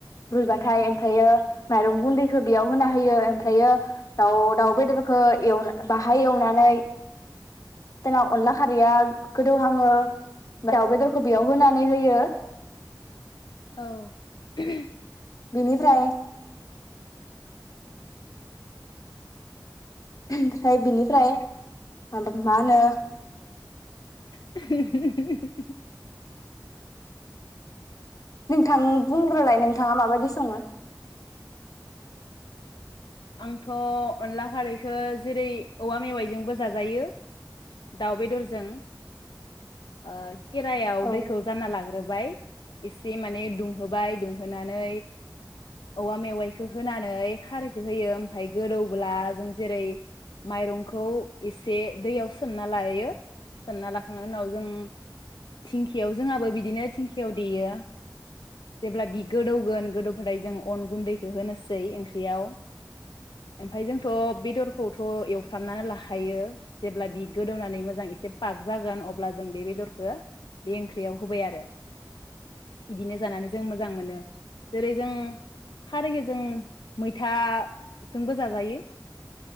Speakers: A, on the left; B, on the left.
A: रुइबाथाय ओमफ्रायो माइरं गुन्दैखौ बेयाव होना होयो ओमफ्रायो दाउ दाउ बेदरखौ एव बाहाय एवनानै जोंहा अनला खारैया गोदौहाङो दाउ बेदरखौ बेयाव होनानै होयो
B: औ <unintelligible>
A: बिनिफ्राय ओमफ्राय बिनिफ्राय माबा मा होनो
B: <inaudible>
A: नोंथां बुंग्रोलाय नोंथाङा माबायदि सङो?
B: आंथ' अनला खारैखो जेरै औवा मेवाइजोंबो जाजायो दाउ बेदरजों ओ खेरायाव
A: औ
B: दैखौ जानना लाग्रोबाय एसे माने दुंहोबाय दुंहोनानै औवा मेवाइखो होनानै खारैखौ होयो ओमफ्राय गोदौब्ला जों जेरै माइरंखौ एसे दैयाव सो सोमना लायो सोमना लाखांनायनि उनाव जों धिंखियाव जोंहाबो बिदिनो धिंखियाव देयो जेब्ला बि गोदौगोन गोदौब्लाथाय जों अन गुन्दैखौ होनोसै ओंख्रियाव ओमफाय जोंथ' बेदरखौथ' एवफ्रामनानै लाखायो जेब्ला बि गोदौनानै मोजां एसे पाग जागोन अब्ला जों बे बेदरखो बे ओंख्रियाव होबाय आरो इदिनो जानानै जों मोजां मोनो जेरै जों खारैखो जों मैथाजोंबो जाजायो